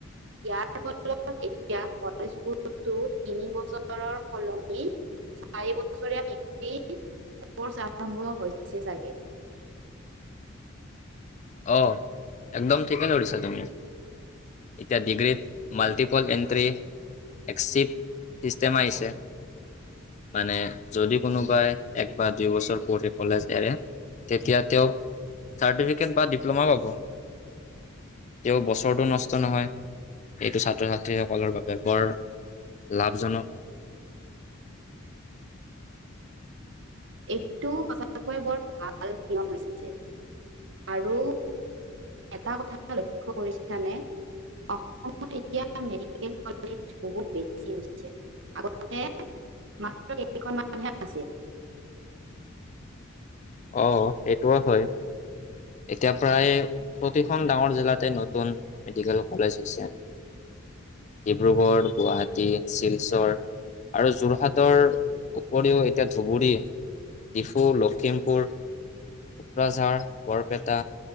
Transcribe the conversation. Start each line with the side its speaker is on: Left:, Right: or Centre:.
Right: ইয়াৰ ফলত এতিয়া কলেজবোৰতো তিনি বছৰৰ সলনি চাৰি বছৰীয়া ডিগ্ৰী কৰ্চ আৰম্ভ হৈছে চাগে।
Left: অ একদম ঠিকে ধৰিছা তুমি। এতিয়া ডিগ্ৰীত মাল্টিপল এণ্ট্ৰি, এক্সিপ চিষ্টেম আহিছে, মানে যদি কোনোবাই এক বা দুই বছৰ পঢ়ি কলেজ এৰে তেতিয়া তেওঁ চাৰ্টিফিকেট বা ডিপ্ল'মা পাব তেওঁ বছৰটো নষ্ট নহয় এইটো ছাত্ৰ ছাত্ৰীসকলৰ বাবে বৰ লাভজনক।
Right: এইটো সঁচাকৈ বৰ ভাল নিয়ম হৈছে ।আৰু এটা কথা লক্ষ্য কৰিছানে অসমত এতিয়া মেডিকেল কলেজ বহুত বেছি হৈছে। আগতে মাত্ৰ কেইখনমানহে আছিল।
Left: অ সেইটোও হয়। এতিয়া প্ৰায় প্ৰতিখন ডাঙৰ জিলাতে নতুন মেডিকেল কলেজ হৈছে ডিব্ৰুগড়, গুৱাহাটী, শিলচৰ আৰু যোৰহাটৰ উপৰিও এতিয়া ধুবুৰী, ডিফু, লখিমপুৰ, কোকৰাঝাৰ বৰপেটা